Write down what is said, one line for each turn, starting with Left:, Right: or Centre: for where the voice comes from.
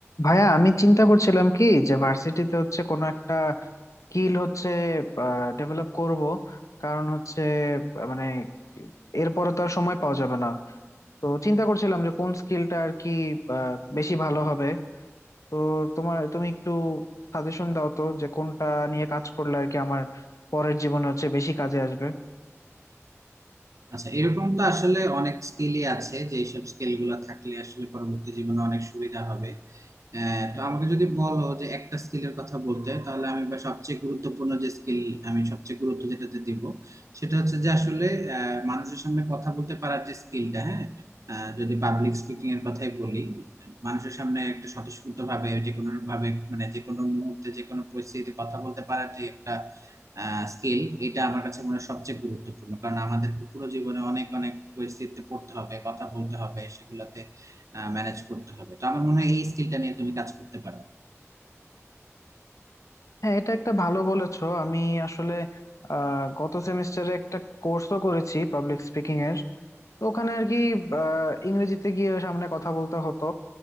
Left: ভাইয়া আমি চিন্তা করছিলাম কি যে ভার্সিটিতে হচ্ছে কোনো একটা স্কিল হচ্ছে ডেভেলপ করব কারণ হচ্ছে আহ, মানে এরপরে তো আর সময় পাওয়া যাবে না তো চিন্তা করছিলাম যে কোন স্কিলটা আর কি আহ, বেশি ভালো হবে তো তোমার তুমি একটু সাজেশন দাও তো যে কোনটা নিয়ে কাজ করলে আর কি আমার পরের জীবনে হচ্ছে বেশি কাজে আসবে
Right: আচ্ছা এরকম তো আসলে অনেক স্কিলই আছে যে এইসব স্কিল গুলা থাকলে আসলে পরবর্তী জীবনে অনেক সুবিধা হবে আহ, তো আমাকে যদি বলো যে একটা স্কিলের কথা বলতে তাহলে আমি বা সবচেয়ে গুরুত্বপূর্ণ যে স্কিল আমি সবচেয়ে গুরুত্ব যেটাতে দিব সেটা হচ্ছে যে আসলে আহ, মানুষের সামনে কথা বলতে পারার যে স্কিলটা হ্যাঁ আহ, যদি পাবলিক স্পিকিং এর কথাই বলি মানুষের সামনে একটা স্বতঃস্ফূর্ত ভাবে যে কোনো ভাবে মানে যে কোনো মুহূর্তে যে কোনো পরিস্থিতিতে কথা বলতে পারার যে একটা স্কিল এটা আমার কাছে মনে হয় সবচেয়ে গুরুত্বপূর্ণ কারণ আমাদেরকে পুরো জীবনে অনেক অনেক পরিস্থিতিতে পড়তে হবে কথা বলতে হবে সেগুলাতে ম্যানেজ করতে হবে তো আমার মনে হয় এই স্কিলটা নিয়ে তুমি কাজ করতে পারো
Left: হ্যাঁ এটা একটা ভালো বলেছো আমি আসলে আহ গত সেমিস্টারে একটা কোর্সও করেছি পাবলিক স্পিকিং এর তো ওখানে আর কি আহ, ইংরেজিতে গিয়ে সামনে কথা বলতে হতো